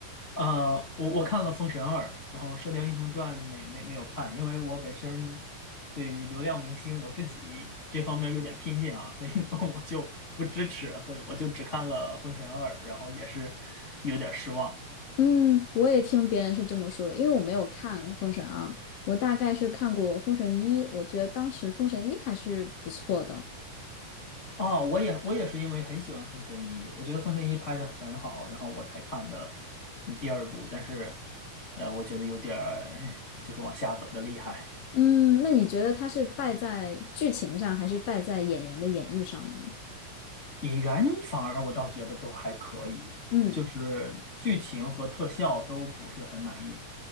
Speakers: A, on the left; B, on the left.
A: 呃，我我看了《封神二》，然后《射雕英雄传》没没没有看，因为我本身对于流量明星我自己这方面有点偏见啊，所以 <laughs> 我就不支持，所以我就只看了《封神二》，然后也是有点失望
B: 嗯，我也听别人是这么说的，因为我没有看《封神二》，我大概是看过《封神一》，我觉得当时《封神一》还是不错的。
A: 啊。我也我也是因为很喜欢《封神一》，我觉得《封神一》拍的很好，然后我才看的嗯第二部，但是呃，我觉得有点儿哎就是往下走的厉害。
B: 嗯，那你觉得它是败在剧情上，还是败在演员的演绎上呢？
A: 演员反而我倒觉得都还可以，
B: 嗯。
A: 就是剧情和特效都不是很满意，